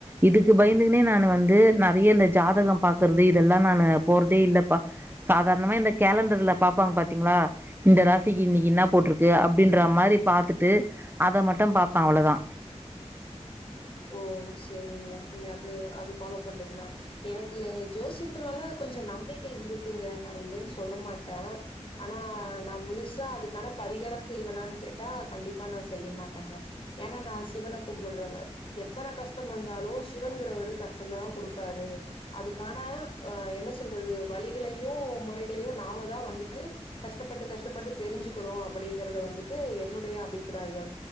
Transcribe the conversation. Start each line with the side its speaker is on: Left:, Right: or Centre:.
Right: இதுக்கு பயந்துக்குனே நானு வந்து நெறைய இந்த ஜாதகம் பாக்குறது இதெல்லா நானு போறதே இல்லப்பா சாதாரணமா இந்த கேலண்டர்ல பாப்பாங்க பாத்தீங்ளா இந்த ராசிக்கி இன்னக்கி என்னா போட்டிருக்கு அப் அப்டின்ற மாரி பாத்துட்டு அத மட்டு பாப்பே அவ்ளோதா
Left: ஓ செரிங்க நீங்க அது அது ஃபாலோ பண்றீங்ளா எனக்கு ஜோசியத்து மேலலா கொஞ்சோ நம்பிக்க இருக்குங்க நா இல்லன்னு சொல்ல மாட்டே ஆனா நா முழுசா அதுக்கான பரிகாரம் செய்வேனான்னு கேட்டா கண்டிப்பா நா செய்ய மாட்டங்க ஏன்னா நா சிவன கும்புடுறவ எத்தன கஷ்டம் வந்தாலு சிவனுங்கிறவரு கஷ்டந்தா குடுப்பாரு அதுக்கான ஆ என்ன சொல்றது வழிகளையு முறைகளையு நாம தா வந்துட்டு கஷ்டப்பட்டு கஷ்டப்பட்டு தெரிஞ்சுக்கணு அப்டிங்கிறத வந்துட்டு என்னுடைய அபிப்பிராயம்